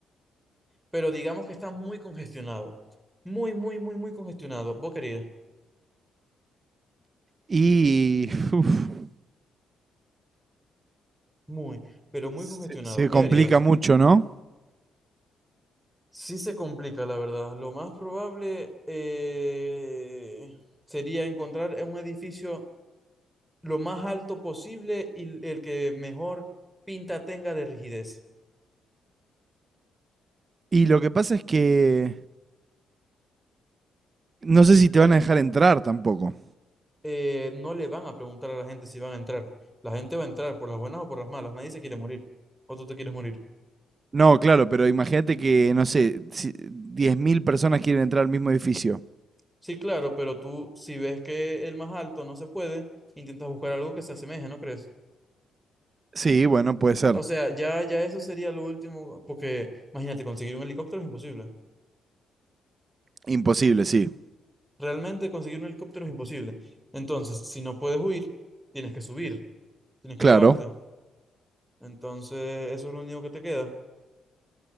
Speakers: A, in the centre; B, on the right.
A: Pero digamos que está muy congestionado. Muy, muy, muy, muy congestionado. ¿Vos querías?
B: Y <laughs> uf,
A: Muy, pero muy
B: se,
A: congestionado.
B: se
A: ¿Qué
B: complica
A: harías?
B: mucho, ¿no?
A: Sí se complica, la verdad. Lo más probable eh, sería encontrar un edificio lo más alto posible y el que mejor pinta tenga de rigidez.
B: Y lo que pasa es que no sé si te van a dejar entrar tampoco.
A: eh, no le van a preguntar a la gente si van a entrar. La gente va a entrar por las buenas o por las malas. Nadie se quiere morir. O tú te quieres morir.
B: No, claro, pero imagínate que, no sé, si 10.000 personas quieren entrar al mismo edificio.
A: Sí, claro, pero tú, si ves que el más alto no se puede, intentas buscar algo que se asemeje, ¿no crees?
B: Sí, bueno, puede ser.
A: O sea, ya, ya eso sería lo último, porque imagínate, conseguir un helicóptero es imposible.
B: Imposible, sí.
A: Realmente conseguir un helicóptero es imposible. Entonces, si no puedes huir, tienes que subir, tienes
B: Claro.
A: que elevarte. Entonces, eso es lo único que te queda.